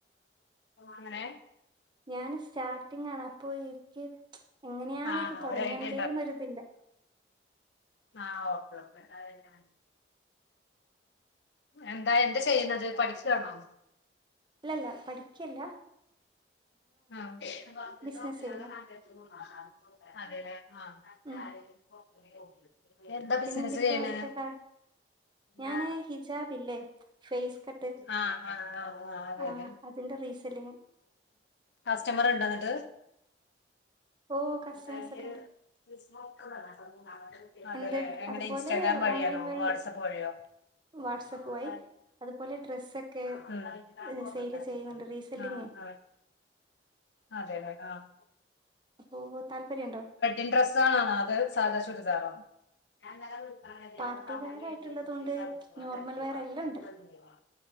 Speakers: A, on the left (about 75°); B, on the right (about 25°).
A: എങ്ങനെ
B: ഞാന് സ്റ്റാർട്ടിങ്ങാണ് അപ്പോ ഇനിക്കി മച്ചും എങ്ങനെയാണ്
A: ആഹ്
B: ഇത് തുടങ്ങണ്ടേന്നരുതില്ല
A: ഒരു ഐഡിയ ആഹ് ഓക്കെ ഓക്കെ <unintelligible> എന്താ എന്താ ചെയ്യുണ്ത് പഠിക്കാണോ
B: അല്ലല്ല പഠിക്കിയല്ല
A: ആഹ് അപൊ
B: ബിസിനസ് ചെയ്യുന്നെ
A: <unintelligible> അതെ ലേ ആഹാ
B: ഉം
A: എന്താ ബിസിനസ്
B: പിന്നെ എന്തൊക്കെയാ
A: ചെയ്യണേ
B: അവിടുത്തെ കാ
A: <unintelligible>
B: ഞാന് ഹിജാബ് ഇല്ലേ ഫേസ് കട്ട്
A: ആഹ് ആഹ് അതെ
B: ആ
A: തെ
B: അതിന്റെ റീസെല്ലിങ്
A: കസ്റ്റംമർ ഇണ്ടാ ന്നട്ട്
B: ഓ കസ്റ്റമേഴ്സ്
A: ന്നട്ട് അയില്
B: ഒക്കെ ഉണ്ട്
A: ക്രിസ്മോക്കൻ്റെ <unintelligible> അതെ
B: എന്ത്
A: ലെ എങ്ങനെ
B: അതുപോലെ
A: ഇൻസ്റ്റാഗ്രാം വഴിയാണോ
B: ഓൺലൈൻ വഴി
A: വാട്സആപ്പ് വഴിയോ
B: വാട്സപ്പ്
A: ഉം
B: വഴി അതുപോലെ ഡ്രസ്സൊക്കെ
A: ആഹ്
B: സെയിൽ
A: ആഹ്
B: ചെയ്യുന്നുണ്ട് റീസെല്ലിങ്ങേ
A: അതെ അതെ ആഹ്
B: അപ്പോ താല്പര്യണ്ടോ
A: ൻ ഡ്രസ്സാളാണോ അതോ സാദാ ചുരിദാറോ <unintelligible>
B: പാർട്ടി വെയർ ആയിട്ടുള്ളതുണ്ട് നോർമൽ വെയർ
A: പതരെക്കൊ
B: എല്ലാം ഉണ്ട്
A: കഴിഞ്ഞു